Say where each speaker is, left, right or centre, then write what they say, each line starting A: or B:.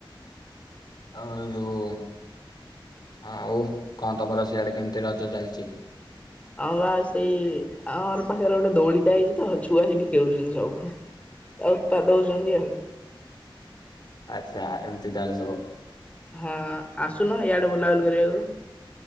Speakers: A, on the left; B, on the left.
A: ଆଉ ଏଇ ଯୋଉ ଆଉ କଣ ତମର ସିଆଡେ କେମତି ରଜ ଚାଲିଛି?
B: ହଁ ବା ସେଇ ଆମ ଘର୍ ପାଖରେ ଗୋଟେ ଦୋଳିଟା ହେଇଛି ତ ଛୁଆ ସେଇଠି ଖେଳୁଛନ୍ତି ସବୁ। ଆ ଉତ୍ପାତ ହଉଛନ୍ତି ଆଉ।
A: ଆଚ୍ଛା, ଏମତି ତାହେଲେ ସବୁ।
B: ହଁ, ଆସୁନ ଇଆଡେ ବୁଲାବୁଲି କରିବାକୁ।